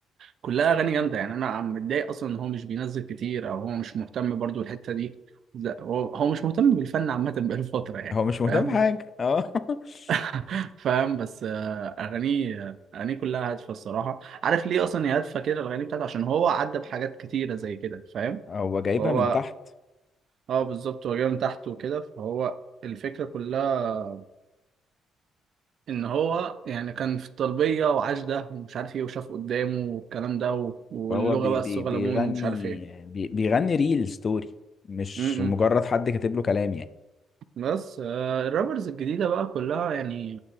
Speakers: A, on the right; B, on the left.
A: كلها اغاني جامده يعني انا عم متضايق اصلا ان هو مش بينزل كتير او هو مش مهتم برضو الحته دي لا هو هو مش مهتم بالفن عامه بقاله <laughs> فتره يعني
B: هو مش مهتم
A: فاهم
B: بحاجة اه <laughs>
A: <laughs> فاهم بس آه، اغانيه اغانيه كلها هادفه الصراحه عارف ليه اصلا هي هادفه كده الاغاني بتاعته عشان هو عدى بحاجات كتيره زي كده فاهم
B: هو جايبها
A: فهو
B: من تحت
A: اه بالظبط هو جاي من تحت وكده فهو الفكره كلها ان هو يعني كان في الطلبيه وعاش ده ومش عارف ايه وشاف قدامه والكلام ده و- واللغه
B: فهو بي
A: بقى
B: بي
A: الصغلمون
B: بيغني
A: ومش عارف
B: بي بيغني ريل ستوري مش
A: ايه
B: مجرد حد كاتب له كلام يعني
A: بس آه، الرابرز الجديدة بقى كلها يعني